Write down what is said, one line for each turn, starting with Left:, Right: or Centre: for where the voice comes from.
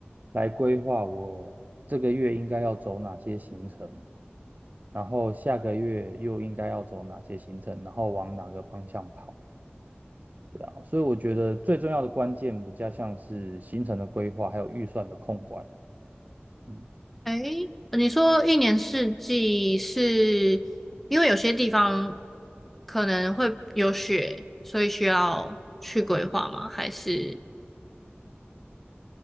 Right: 来规划我这个月应该要走哪些行程，然后下个月又应该要走哪些行程，然后往哪个方向跑，对啊，所以我觉得最重要的关键比较像是行程的规划，还有预算的控管。嗯。
Centre: 诶，你说一年四季是因为有些地方可能会有雪，所以需要去规划吗？还是